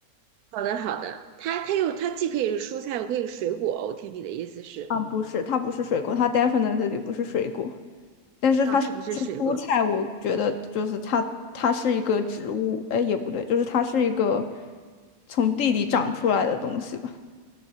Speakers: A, on the right (about 80°); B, on the left (about 65°).
A: 好的好的，它它又它既可以是蔬菜，又可以是水果，我听你的意思是，
B: 啊，不是，它不是水果，它 definitely 不是水果。但是它是不是蔬菜，
A: 啊，它不是水果。
B: 我觉得就是它，它是一个植物，哎，也不对，就是它是一个从地里长出来的东西吧？